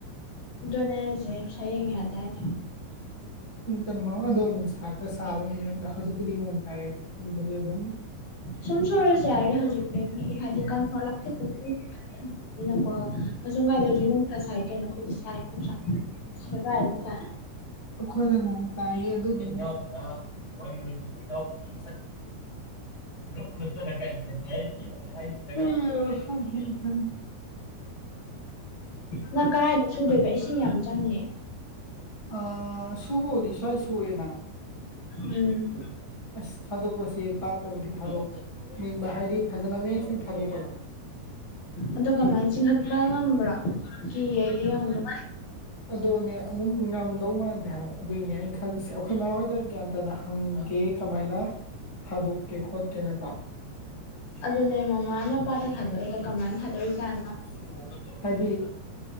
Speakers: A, on the left; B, on the left.
A: ꯗꯨꯅꯦ ꯍꯥꯏꯖꯦ ꯁꯌꯦꯡ ꯌꯥꯗꯦ ꯍꯥꯏꯗꯣ
B: <unintelligible> ꯅꯨꯡꯁꯥ ꯈꯔ ꯁꯥꯕ ꯅꯨꯃꯤꯠ ꯑꯝꯗ ꯍꯧꯖꯤꯛꯄꯨꯗꯤ ꯅꯣꯡ ꯇꯥꯏꯌꯦ ꯈꯖꯤꯛ ꯈꯖꯤꯛ ꯑꯗꯨꯝ
A: ꯁꯨꯝ ꯁꯨꯔꯖꯨ ꯌꯥꯔꯦ ꯍꯧꯖꯤꯛꯇꯒꯤ ꯍꯥꯏꯗꯤ <unintelligible> ꯅꯀꯣ ꯑꯁꯨꯝ ꯀꯥꯏꯗ ꯍꯧꯖꯤꯛ ꯅꯨꯡꯁꯥ ꯁꯥꯏ ꯀꯩꯅꯣ ꯈꯣꯏꯗꯤ ꯁꯥꯏ ꯅꯨꯡꯁꯥ ꯁꯒꯥꯏꯒꯩ ꯁꯥꯏ
B: ꯑꯈꯣꯏꯅ ꯅꯣꯡ ꯇꯥꯏꯌꯦ ꯑꯗꯨꯒꯤ ꯏꯅꯥꯎꯕꯗ ꯋꯥꯔꯤꯗꯣ ꯂꯤꯌꯨ ꯏꯅꯥꯎꯕ <unintelligible> ꯄꯨꯂꯞ ꯄꯨꯂꯞ ꯆꯠꯂ ꯀꯥꯏꯃꯤꯅꯖꯤ ꯍꯥꯏꯗꯨꯗꯤ <unintelligible>
A: ꯅꯪ ꯀꯔꯥꯏꯗ ꯁꯨꯗꯣꯏꯕ ꯏꯁꯤꯡ ꯌꯥꯝ ꯆꯪꯅꯤ
B: ꯑ ꯁꯨꯕꯕꯨꯗꯤ ꯁꯋ꯭ꯥꯏ ꯁꯨꯔꯦꯅ
A: ꯎꯝ
B: ꯑꯁ ꯊꯥꯗꯣꯛꯄꯁꯦ ꯄꯥꯠꯇꯕꯨꯗꯤ ꯊꯥꯗꯣꯛꯅꯤꯡꯕ ꯍꯥꯏꯗꯤ ꯐꯖꯅ ꯃꯌꯦꯛ ꯁꯦꯡ ꯊꯥꯗꯣꯛꯄꯗꯣ
A: ꯑꯗꯣ ꯀꯃꯥꯏ ꯆꯤꯡꯍꯠꯄ ꯉꯝꯕ꯭ꯔꯥ ꯀꯤꯌꯦ ꯑꯩꯗꯤ ꯉꯝꯗꯧ
B: ꯑꯗꯣꯅꯦ ꯑꯃꯨꯛ ꯉꯝꯗꯧ ꯃꯥꯟꯗꯦ ꯍꯥꯏꯕ ꯑꯗꯨꯏꯅꯦ ꯑꯩꯅ ꯈꯜꯂꯤꯁꯦ ꯑꯈꯣꯏ ꯃꯥ ꯍꯣꯏꯗ ꯒ꯭ꯌꯥꯟ ꯇꯥꯅ ꯍꯪꯒꯦ ꯀꯃꯥꯏꯅ ꯊꯥꯗꯣꯛꯀꯦ ꯈꯣꯠꯀꯦꯅꯀꯣ
A: ꯑꯗꯨꯅꯦ ꯃꯃꯥꯅ ꯄꯥꯠꯇ ꯊꯥꯗꯣꯛꯏꯗꯣ ꯀꯃꯥꯏꯟ ꯊꯥꯗꯣꯛꯏꯖꯥꯠꯅꯣ
B: ꯇꯨꯝ ꯍꯧꯒꯠꯇꯕ ꯃꯤꯗꯨꯗ ꯍꯥꯏꯗꯤ